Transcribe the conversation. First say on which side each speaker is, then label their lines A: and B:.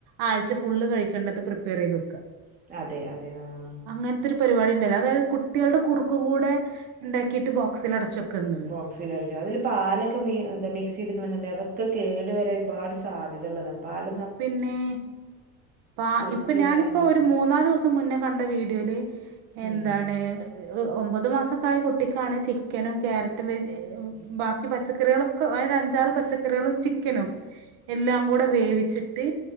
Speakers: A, on the right; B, on the right.
A: ആഴ്ച ഫുള് കഴിക്കേണ്ടത് പ്രിപ്പയർ ചെയ്ത് വയ്ക്കുക.
B: വെക്കും അതെ അതെ ആഹ
A: അങ്ങനത്തെ പരിപാടി ഉണ്ടായില്ലോ?. അതായത് കുട്ടികളുടെ കുറുക്കും കൂടെ ഉണ്ടാക്കിയിട്ട് ബോക്സിൽ അടച്ചു വെക്കുന്നുള്ളത്.
B: വെക്കും അതിൽ പാലൊക്കെ എന്താ മിക്സ് ചെയ്ത്ക്കണണ്ടെൽ അതൊക്കെ കേടു വരാൻ ഒരുപാട് സാധ്യത ഉള്ളതാണ്. പാല
A: പിന്നെ ആ
B: കുറുക്ക്
A: ഇപ്പൊ ഞാനിപ്പോ
B: കാര്യങ്ങളിലൊന്നും
A: ഒരു മൂന്നാല് ദിവസം മുന്നേ കണ്ട വീഡിയോയിൽ എന്താണ്
B: ഉം
A: ഒമ്പത് മാസായ കുട്ടിക്കാണ് ചിക്കനും ക്യാരറ്റും വെജ ബാക്കി പച്ചക്കറികളൊക്കെ അ അഞ്ചാറ് പച്ചക്കറികളും. ചിക്ക നു എല്ലാം കൂടെ വേവിച്ചിട്ട്,